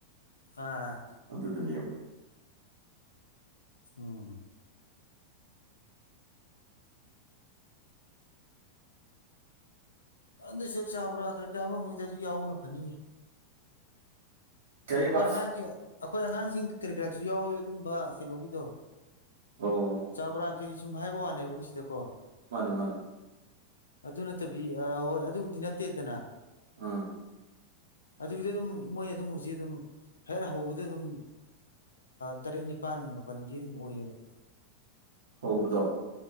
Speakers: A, on the left (about 70°); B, on the right (about 60°).
A: ꯑꯥ
B: ꯑꯗꯨꯗꯨꯅꯦꯕ
A: ꯎꯝ ꯑꯗꯨꯟꯗ ꯁꯦꯛ ꯆꯥꯕ꯭ꯔꯥꯈ꯭ꯔꯦ ꯀ ꯑꯃꯃꯩꯗ ꯑꯗꯨ ꯌꯥꯎꯅ ꯐꯅꯤꯑ
B: ꯀꯩꯕ
A: ꯑꯩꯈꯣꯏ ꯑꯉꯥꯡꯁꯤꯡ ꯑꯩꯈꯣꯏ ꯑꯉꯥꯡꯁꯤꯡ ꯀꯔꯤ ꯀꯔꯁꯨ ꯌꯥꯎꯋꯤ ꯑꯗꯨꯝꯕ ꯀꯩꯅꯣꯒꯤꯗꯣ
B: ꯑꯣ
A: ꯆꯥꯕ꯭ꯔꯥ ꯀꯩ ꯁꯨꯝ ꯍꯥꯏꯕ ꯋꯥꯅꯦꯕ ꯑꯩꯈꯣꯏ ꯁꯤꯗꯀꯣ
B: ꯃꯥꯅꯦ ꯃꯥꯅꯦ
A: ꯑꯗꯨ ꯅꯠꯇꯕꯤ ꯑ ꯍꯣꯏ ꯑꯗꯨꯕꯨꯗꯤ ꯅꯠꯇꯦꯗꯅ
B: ꯑꯥ
A: ꯑꯗꯨꯒꯤꯗ ꯑꯗꯨꯝ ꯃꯣꯏ ꯑꯗꯨꯝ ꯍꯧꯖꯤꯛ ꯑꯗꯨꯝ ꯍꯦꯛ ꯍꯧꯕꯗ ꯑꯗꯨꯝ ꯇꯔꯦꯠ ꯅꯤꯄꯥꯜ ꯃꯥꯄꯜꯗꯤ ꯑꯗꯨꯝ ꯑꯣꯏꯌꯦꯕ
B: ꯍꯗꯣ